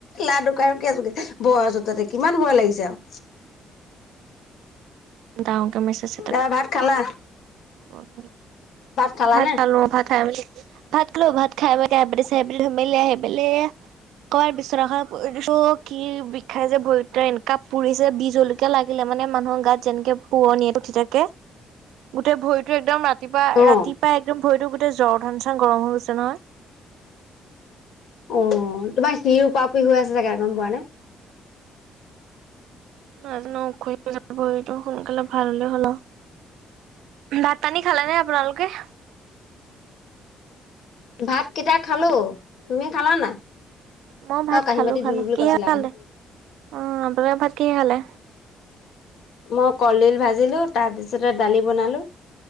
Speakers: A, on the left; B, on the right.
A: লাডু খাই ৰখি আছোঁ গে। ঘৰ ওচৰতে দেখি কিমান ভয় লাগিছে আওঁ।
B: দাঙৰকে মেছেজ
A: তাৰ ভাত খালা
B: <unintelligible>
A: খালা
B: ভাত
A: নে
B: খালো ভাত খাই মেলি ভাত ভাত খাই <unintelligible> অই বিচনাখনত পৰি দিছোঁ, কি বিষাইছে ভৰি দুটা এনেকা পুৰিছে বিহ জলকীয়া লাগিলে মানে মানুহৰ গাত যেনেকে পোৱনীয়ে উঠি থাকে। গোটেই ভৰিটো একদম ৰাতিপুৱা -
A: অ
B: ৰাতিপুৱাই একদম ভৰিতো গোটেই জ্বৰ ধান চান গৰম হৈ গৈছে নহয়।
A: অ' তোমাৰ শিৰ ওপাওপই হৈ আছে চাগে গম পোৱা নে?
B: <unintelligible> সোনকালে ভাল হলে হ'ল ভাত পানি খালা নে আপোনালোকে <inaudible>
A: ভাত কিটা খালোঁ। তুমি খালা নাই?
B: মই ভাত
A: অ কাঁহী
B: খালোঁ,
A: বাতি
B: খালোঁ।
A: ধুলো বুলি
B: কিহে
A: কৈছিলা
B: খালে?
A: নহয়
B: অ' আপোনালোকে ভাত কিহে খালে?
A: মই কলডিল ভাজিলো, তাৰপিছতে দালি বনালো।